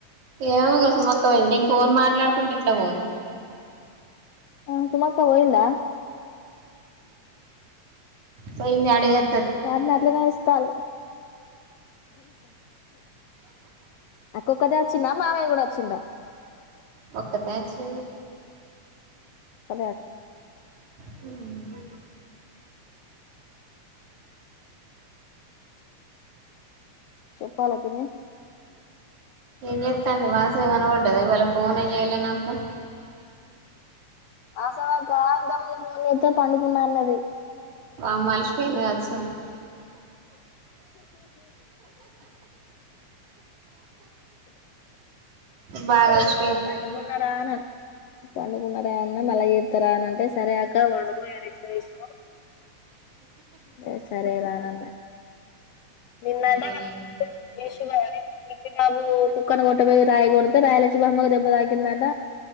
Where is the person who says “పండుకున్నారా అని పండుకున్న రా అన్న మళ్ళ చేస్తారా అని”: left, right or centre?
Left